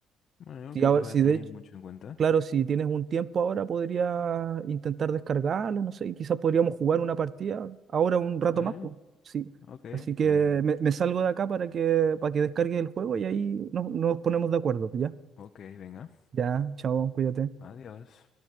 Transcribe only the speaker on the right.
si,
ahora-
si
de,
Claro, si tienes un tiempo ahora, podría intentar descargarlo, no sé, y quizás podríamos jugar una partida ahora un rato
más, pues, sí.
Así que
me, me salgo de acá para que, para que descargue el juego y ahí nos, nos ponemos de acuerdo, ¿ya?
Ya, chao, cuídate.